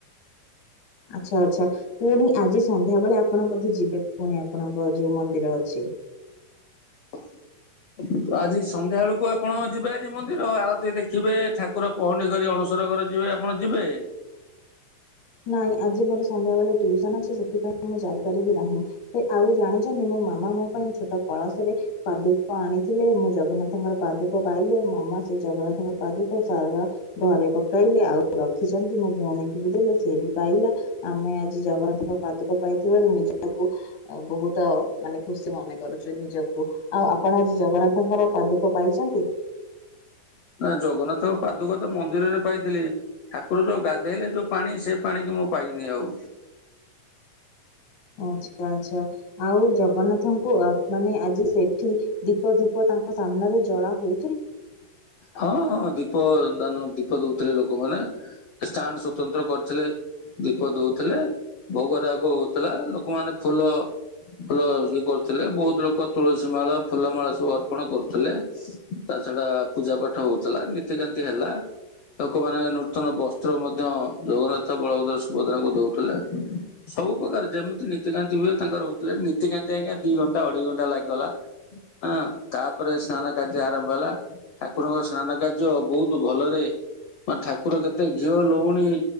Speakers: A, on the left (about 60°); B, on the left (about 90°).
A: ଆଚ୍ଛା ଆଚ୍ଛା ପୁଣି ଆଜି ସନ୍ଧ୍ୟାବେଳେ ଆପଣ ବୋଧେ ଯିବେ ପୁଣି ଆପଣଙ୍କ ଯୋଉ ମନ୍ଦିର ଅଛି।
B: ହଁ <inaudible> ଆଜି ସନ୍ଧ୍ୟା ବେଳକୁ ଆପଣ ଯିବେ ଆଜି ମନ୍ଦିର ଆଳତି ଦେଖିବେ ଠାକୁର ପହଣ୍ଡି କରି ଅଣସର ଘର ଯିବେ। କଣ ଯିବେ?
A: ନାଇଁ ଆଜି ମୋର ସନ୍ଧ୍ୟାବେଳେ ଟ୍ୟୁସନ ଅଛି ସେଥିପାଇଁ ମୁଁ ଯାଇପାରିବି ନାହିଁ। ଆଉ ଜାଣିଛନ୍ତି ମୋ ମାମା ମୋ ପାଇଁ ଛୋଟ କଳସ ରେ ପାଦୁକ ଆଣିଥିଲେ ମୁଁ ଜଗନ୍ନାଥଙ୍କର ପାଦୁକ ପାଇଲି ମାମା ସେ ଜଗନ୍ନାଥଙ୍କ ପାଦୁକ ସାରା ଘରେ ପକେଇଲେ ଆଉ ରଖିଛନ୍ତି ମୋ ଭଉଣୀକୁ ବି ଦେଲେ ସିଏ ବି ପାଇଲା। ଆମେ ଆଜି ଜଗନ୍ନାଥଙ୍କ ପାଦୁକ ପାଇଥିବାରୁ ନିଜକୁ ବହୁତ ମାନେ ଖୁସି ମନେ କରୁଛୁ ନିଜକୁ। ଆଉ ଆପଣ ଆଜି ଜଗନ୍ନାଥଙ୍କର ପାଦୁକ ପାଇଛନ୍ତି।
B: ନା ଜଗନ୍ନାଥଙ୍କ ପାଦୁକ ତ ମନ୍ଦିରରେ ପାଇଥିଲି। ଠାକୁର ଯୋଉ ଗାଧେଇଲେ ଯୋଉ ପାଣି ସେ ପାଣି କି ମୁଁ ପାଇନି ଆଉ।
A: ଆଚ୍ଛା ଆଚ୍ଛା ଆଉ ଜଗନ୍ନାଥଙ୍କୁ ମାନେ ଆଜି ସେଠି ଦୀପ, ଧୂପ ତାଙ୍କ ତ ସାମ୍ନାରେ ଜଳାହୁଏ।
B: ହଁ ଦୀପ ଦାନ ଦୀପ ଦଉଥିଲେ ଲୋକମାନେ। ଷ୍ଟାଣ୍ଟ ସ୍ୱତନ୍ତ୍ର କରୁଥିଲେ ଦୀପ ଦଉଥିଲେ ଭୋଗ ରାଗ ହୋଉଥିଲା। ଲୋକମାନେ ଫୁଲ ଫୁଲ ଯୋଉ କରୁଥିଲେ ବୋହୁତ ଲୋକ ତୁଳସୀ ମାଳ ଫୁଲ ମାଳ ଅର୍ପଣ କରୁଥିଲେ। ତା ଛଡା ପୂଜା ପାଠ ହୋଉଥିଲା ନୀତି କାନ୍ତି ହେଲା। ଲୋକମାନେ ନୂତନ ବସ୍ତ୍ର ମଧ୍ୟ ଜଗନ୍ନାଥ ବଳଭଦ୍ର ସୁଭଦ୍ରା ଙ୍କୁ ଦଉଥିଲେ। ସବୁ ପ୍ରକାର ଯେମିତି ନୀତି କାନ୍ତି ହୁଏ ତାଙ୍କର ହୋଉଥିଲା ନୀତି କାନ୍ତି ଆଜ୍ଞା ଦି ଘଣ୍ଟା ଅଢେଇ ଘଣ୍ଟା ଲାଗିଗଲା। ଆଁ ତାପରେ ସ୍ନାନ କାର୍ଯ୍ୟ ଆର ଗଲା ଠାକୁରଙ୍କ ସ୍ନାନ କାର୍ଯ୍ୟ ବହୁତ ଭଲ ରେ ମୋ ଠାକୁର କେତେ ଘିଅ ଲହୁଣୀ